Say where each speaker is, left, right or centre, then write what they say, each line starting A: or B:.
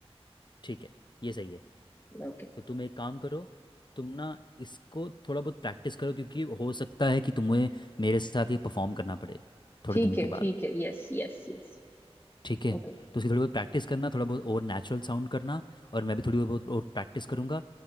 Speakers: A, on the left; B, on the left.
A: ठीक है ये सही है
B: Okay
A: तो तुम एक काम करो तुम ना इसको थोड़ा बहुत प्रैक्टिस करो क्योंकि हो सकता है कि तुम्हें मेरे साथ ये परफॉर्म करना पड़े थोड़े
B: ठीक
A: दिन के
B: है
A: बाद
B: ठीक है यस यस यस
A: ठीक है
B: ओके
A: तो उसकी थोड़ी बहुत प्रैक्टिस करना थोड़ा बहुत और नेचुरल साउंड करना और मैं भी थोड़ी बहुत और प्रैक्टिस करूँगा